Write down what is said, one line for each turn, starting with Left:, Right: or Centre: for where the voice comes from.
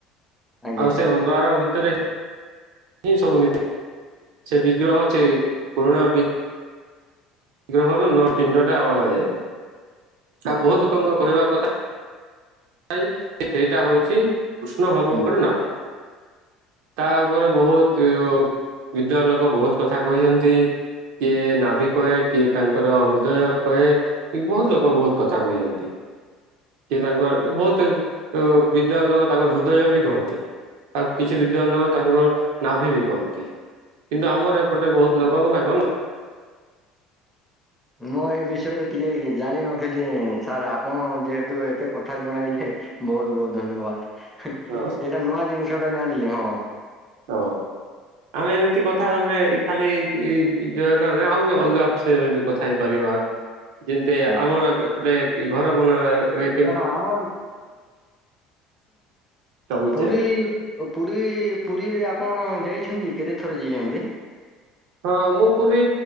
Centre: ଆଜ୍ଞା
Right: ଆଉ ସେ ଅନ୍ଧାର ଭିତରେ
Centre: ହୁଁ।
Right: ହିଁ ସବୁ ନିତୀ ସେ ବିଗ୍ରହ ସେ ପୁରୁଣା ବି ଗ୍ରହରୁ ନୂଆ ପିଣ୍ଡଟା ଅଣା ଯାଏ। ତା ବହୁତ ଲୋକଙ୍କ କହିବା କଥା <inaudible> ସେଇଟା ହଉଛି କୃଷ୍ଣ ଭମୁଙ୍କର
Centre: ହୁଁ
Right: ନାଭି। ତା ଉପରେ ବହୁତ ଇଅ ନିଜର ଲୋକ ବହୁତ କଥା କହିଛନ୍ତି। କିଏ ନାଭି କହେ କିଏ ତାଙ୍କର ହୃଦୟ କହେ। ଏ ବହୁତ ଲୋକ ବହୁତ କଥା କହିଛନ୍ତି। କିଏ ତାଙ୍କ ବହୁତୁ ଅ, ବିଦ୍ୱାନ ଲୋକ ତାଙ୍କର ହୃଦୟ ବି କହନ୍ତି। ଆଉ କିଛି ବିଦ୍ୱାନ ଲୋକ ତାଙ୍କର ନାଭି ବି କହନ୍ତି। କିନ୍ତୁ ଆମର ଏପଟେ ବହୁତ ଲୋକ ତାଙ୍କ ନା
Centre: ମୁଁ ଏ ବିଷୟରେ ଟିକେ ଜାଣିିନଥିଲି। ସାର୍ ଆପଣ ଯେହେତୁ ଏତେ କଥା ଜଣାଇଲେ ବହୁତ ବହୁତ ଧନ୍ୟବାଦ।
Right: ହଁ।
Centre: ଏଇଟା ନୂଆ ଜିନିଷଟା ଜାଣିିଲି ହଁ।
Right: ହଁ ଆମେ ଏମିତି କଥା ଆମେ ଏଇ ଖାଲି ଇ-ଯ- ନହେଲେ ଆଉ ଏ ଅଲଗା ବିଷୟରେ ବି କଥା ହେଇପାରିବା। ଯେମିତି
Centre: ହଁ
Right: ଆମ ଏପ ଏପଟେ ଇ-ଘର ବନା ରେ
Centre: ହୁଁ,
Right: ଟପିକ
Centre: ପୁରୀ
Right: ଚେଞ୍ଜ
Centre: ଓ ପୁରୀ ପୁରୀରେ ଆପଣ ଯାଇଛନ୍ତି କେତେଥର ଯାଇଛନ୍ତି?
Right: ହଁ ମୁଁ ପୁରୀ